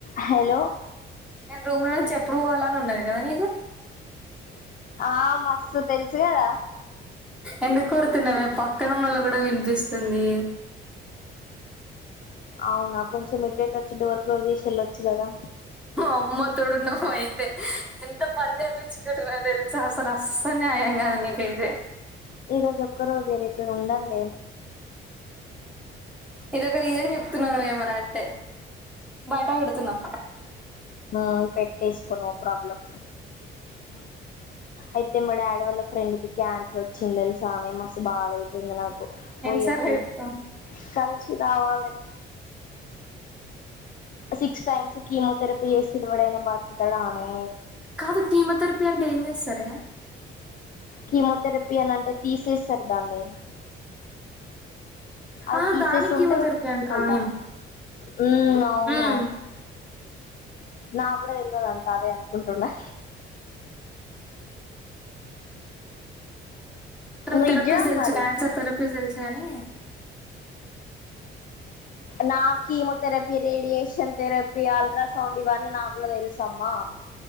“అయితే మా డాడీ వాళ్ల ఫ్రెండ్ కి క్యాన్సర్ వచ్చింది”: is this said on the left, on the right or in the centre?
Left